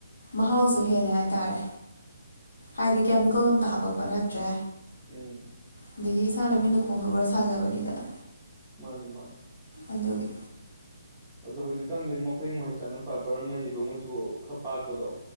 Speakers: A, on the left (about 80°); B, in the centre.
A: ꯃꯍꯥꯎꯁꯨ ꯍꯦꯜꯂꯦ ꯍꯥꯏꯇꯥꯔꯦ ꯍꯥꯏꯗꯤ ꯀꯌꯥ ꯀꯜꯑꯝꯇ ꯍꯥꯄꯛꯄ ꯅꯠꯇ꯭ꯔꯦ
B: ꯎꯝ
A: ꯑꯗꯒꯤ ꯏꯁꯥꯅ ꯃꯤꯠꯅ ꯈꯣꯡꯗ ꯎꯔ ꯁꯥꯖꯕꯅꯤꯗꯅ
B: ꯃꯥꯟꯅꯦ ꯃꯥ
A: ꯑꯗꯨꯒꯤ
B: ꯑꯗꯣ ꯍꯧꯖꯤꯛꯀꯥꯟꯗꯤ ꯃꯈꯣꯏ ꯃꯈꯩ ꯆꯠꯅꯝ ꯄꯄꯔ ꯑꯃ ꯌꯦꯂꯣꯃꯁꯨ ꯈ ꯄꯥꯛꯄꯗꯣ